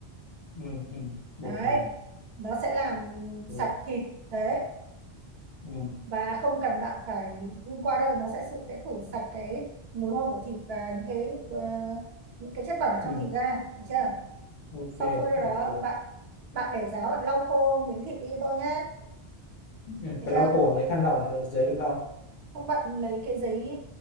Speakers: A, on the left; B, on the right.
A: Ừ. Ừ. bột
B: đấy
A: mì
B: nó sẽ làm
A: ừ.
B: sạch thịt đấy
A: Ừ.
B: và không cần bạn phải đun qua đâu nó sẽ sự sẽ khử sạch cái mùi hôi của thịt và những cái ờ, những cái chất bẩn ở
A: Ừ.
B: trong thịt ra được chưa
A: ok
B: sau khi đó
A: ok
B: bạn bạn để ráo bạn lau khô miếng thịt đi cho tôi nhé
A: ừ.
B: được
A: phải
B: chưa
A: lau khổ lấy khăn lau hay lấy giấy lau
B: không bạn lấy cái giấy